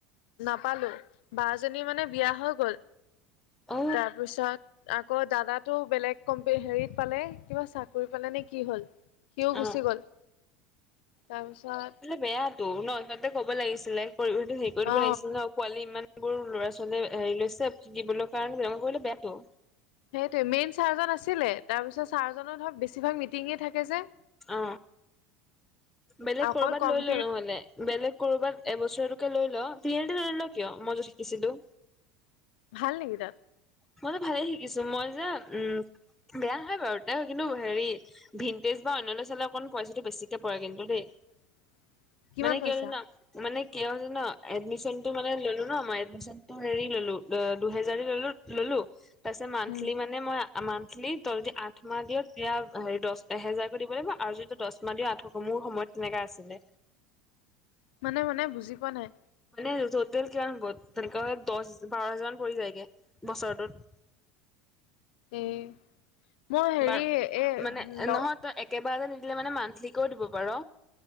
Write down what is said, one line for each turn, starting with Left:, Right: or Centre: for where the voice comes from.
Left: নাপালো বাজনী মানে বিয়া হৈ গ'ল।
Centre: অ
Left: তাৰপিছত আকৌ দাদা টো বেলেগ কম হেৰিত পালে কিবা চাকৰি পালে নে কি হ'ল! সিও গুচি
Centre: অ
Left: গ'ল, তাৰপিছত
Centre: বেয়াতো ন সিহঁতে ক'ব লাগিছিলে কৰিব সেইটো হেৰি কৰি দিব
Left: অ
Centre: লাগিছিলে ন। পোৱালি ইমানবোৰ লৰা- ছোৱালীয়ে লৈছে দিবলৈ কাৰণে তেনেকুৱা কৰিলে বেয়াটো।
Left: সেইটোৱে মেইন ছাৰজন আছিলে তাৰপিছত ছাৰজনৰ ধৰক বেছিভাগ মিটিঙে থাকে যে।
Centre: অ, বেলেগ
Left: অকল
Centre: কৰবাত
Left: কম্পিউট
Centre: লৈল নহ'লে, বেলেগ কৰবাত এবছৰীয়াটোকে লৈল, <unintelligible> নোলোৱা কিয় মই য'ত শিকিছিলো।
Left: ভাল নেকি তাত?
Centre: মইতো ভালেই শিকিছো মই যে উম বেয়া নহয় বাৰু তাতে, কিন্তু হেৰি ভিন্টেজ বা অইনলে চালে অকণ পইচাটো বেছিকে পৰে কিন্তু দেই।
Left: <unintelligible>
Centre: মানে কি
Left: পইচা
Centre: হয় জান? মানে কি হয় জান, এডমিশ্যনটো মানে ললো ন মই এডমিশ্যনটো হেৰি ললো দুহেজাৰ দি ললো ললো, তাৰপিছত মান্থলী
Left: উম,
Centre: মানে মই মান্থলী তই যদি আঠমাহ দিয় তেতিয়া হেৰি দহ এহেজাৰকৈ দিব লাগিব আৰু যদি দহ মাহ দিয় আঠশ কমো সময়ত তেনেকা আছিলে।
Left: মানে মানে বুজি পোৱা নাই?
Centre: মানে টোটেল কিমান হ'ব তেনেকা হলে দহ বাৰ হাজাৰ মান পৰি যায়গে, বছৰটোত।
Left: এ, মই হেৰি
Centre: বাৰ
Left: এ
Centre: মানে
Left: ল
Centre: নহয় তই একেবাৰতে নিদিলে মানে মান্থলী কৈয়ো দিব পাৰ।